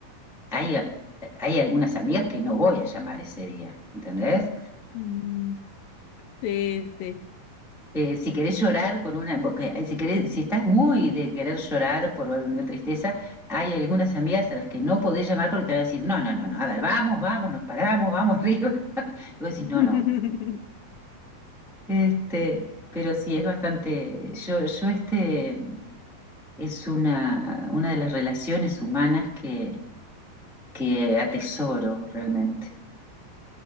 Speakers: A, in the centre; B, on the left (about 80°).
A: hay, hay algunas amigas que no voy a llamar ese día, ¿entendés?
B: Mm, Sí, sí.
A: Eh, si querés llorar con una, porque, eh, si querés, si estás muy de querer llorar por una tristeza, hay algunas amigas a las que no podés llamar porque te van a decir, no, no, no, no, a ver, vamos, vamos, nos paramos, vamos arriba. <laughs> Y vos decís,
B: <laughs>
A: no, no. Este, pero sí, es bastante, yo, yo este es una, una de las relaciones humanas que, que atesoro realmente.